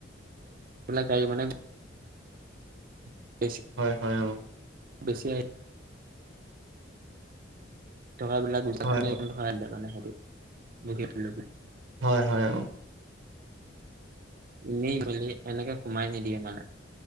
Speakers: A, on the right; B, on the right.
A: এইবিলাকাক মানে। <unintelligible>
B: হয়, হয়। অহ'।
A: বেছিয়াই টকা বিলাক গুচা
B: হয়
A: নাই
B: হয়
A: এইখন ধৰাই দিলে মানে সেতি <unintelligible>
B: হয় হয় অ
A: এনেই মেলি এনেকে সোমাই নিদিয়ে মানে